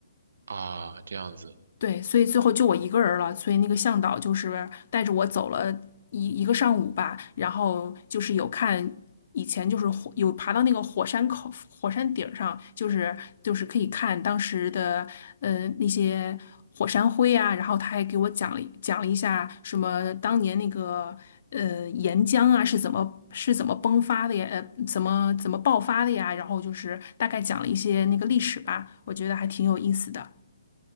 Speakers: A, on the right (about 70°); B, on the left (about 50°).
A: 啊，这样子，
B: 对，所以最后就我一个人了，所以那个向导就是带着我走了一一个上午吧，然后就是有看以前就是火有爬到那个火山口火山顶儿上，就是就是可以看当时的呃那些火山灰啊，然后他还给我讲了讲了一下什么当年那个呃岩浆啊是怎么是怎么崩发的呀，呃怎么怎么爆发的呀，然后就是大概讲了一些那个历史吧，我觉得还挺有意思的。